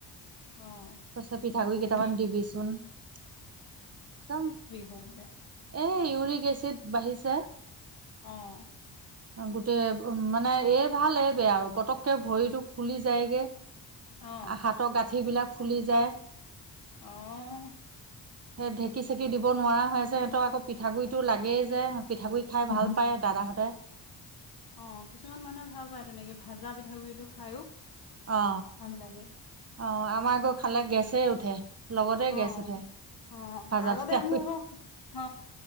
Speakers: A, on the left; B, on the right.
A: অ',
B: পিঠাগুড়িৰ কেইটামান
A: বিষ
B: দিবিচোন একদম
A: বোলছে
B: এই ইউৰিক এচিড বাঢ়িছে
A: অ',
B: গোটেই মানে এই ভাল এই বেয়া আৰু পতককে ভৰিটো ফুলি যায়গে।
A: অ',
B: হাতৰ গাঁঠিবিলাক ফুলি যায়
A: অ',
B: সেই ঢেঁকী চেকি দিব নোৱাৰা হৈছে সিহঁতক আকৌ পিঠাগুড়িটো লাগেই যে পিঠাগুৰি খাই
A: অ
B: ভাল পায় দাদাহঁতে
A: অ কিছুমান মানুহে ভাল পায় তেনেকে। ভাজা পিঠাগুড়ি তো খাইও।
B: অ
A: ভাল লাগে।
B: অ আমাৰ আকৌ খালে গেছে উঠে। লগতে
A: অ
B: গেছ উঠে
A: অ
B: ভাজা
A: আগতে
B: পিঠা
A: আমি
B: কৰি।
A: আকৌ অ